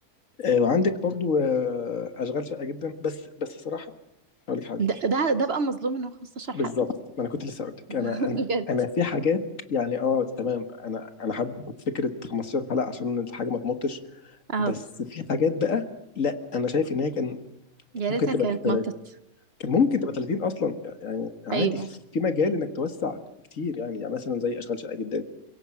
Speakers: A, on the left; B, on the right.
A: آه، وعندك برضو آه، اشغال شاقه جدا بس بس صراحه اقول لك حاجه
B: ده ده, ده بقى مظلوم ان هو 15
A: بالظبط
B: حلقة
A: ما انا كنت لسه اقول لك
B: <laughs>
A: انا انا
B: بجد
A: انا في حاجات يعني اه تمام انا انا حابب فكره 15 حلقه عشان الحاجه ما تمطش
B: اه
A: بس في حاجات بقى لا انا شايف ان هي كان
B: يا
A: ممكن
B: ريتها
A: تبقى
B: كانت
A: تلات-
B: مطت
A: كان ممكن تبقى 30 اصلا يعني عادي
B: ايوه
A: في مجال انك توسع كتير يعني يعني مثلا زي اشغال شاقه جدا